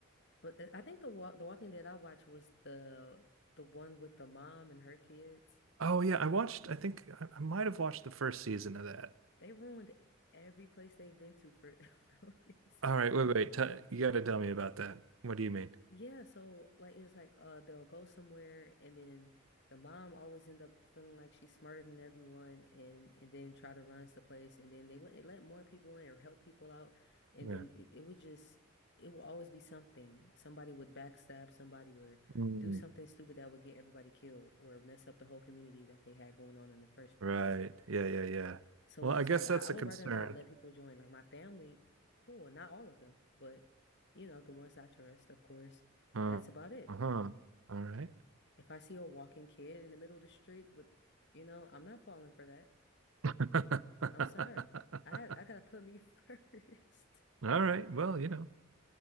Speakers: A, on the left (about 55°); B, on the right (about 80°).
A: But uh, I think the walk the Walking Dead I watched was the the one with the mom and her kids.
B: Oh yeah, I watched I think I, I might have watched the first season of that.
A: They ruined every place they've been to for <laughs> no reason.
B: All right, wait, wait. T you got to tell me about that. What do you mean?
A: Yeah, so like it's like uh they'll go somewhere and then the mom always end up feeling like she's smarter than everyone and and then try to runs the place and then they let they let more people in or help people out and
B: Yeah.
A: then it, it would just it will always be something. Somebody would backstab somebody or
B: Mm,
A: do something stupid that would get everybody killed or mess up the whole community that they had going on in the first place.
B: right. Yeah, yeah, yeah.
A: So
B: Well,
A: it's
B: I
A: just
B: guess
A: like I,
B: that's
A: I
B: a
A: would
B: concern.
A: rather not let people join. Like my family, cool, not all of them, but you know, the ones I trust, of course,
B: Uh,
A: that's about it.
B: uh-huh. All right.
A: If I see a walking kid in the middle of the street with, you know, I'm not falling for that.
B: <laughs>
A: I'm sorry. I had I gotta put me <laughs> first.
B: All right. Well, you know,